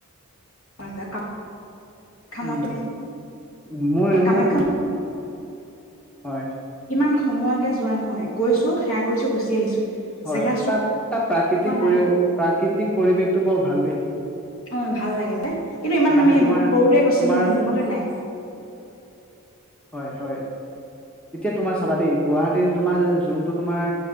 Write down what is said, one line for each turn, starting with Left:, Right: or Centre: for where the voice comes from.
Left: কামাখ্যা
Centre: উম
Left: মন্দিৰ নে
Centre: উ মই
Left: কামাখ্যা
Centre: মোৰ হয়
Left: ইমান সময়কে যোৱা নহয় গৈছো সেৱা কৰিছো গুচি আহিছো
Centre: হয়
Left: জেগা
Centre: তাত তাত প্ৰাকৃতিক
Left: চোৱা নাই
Centre: পৰিৱেশ প্ৰাকৃতিক। পৰিৱেশটো বৰ ভাল দেই।
Left: অ', ভাল লাগে বে। কিন্তু ইমান
Centre: মানে
Left: আমি
Centre: তোমাৰ
Left: ইমান সৰুতে গৈছিলোঁ,
Centre: তোমাৰ
Left: মোৰ মনতে নাই।
Centre: হয়, হয়। এতিয়া তোমাৰ চাবা দেই, গুৱাহাটীৰ তোমাৰ যোনটো তোমাৰ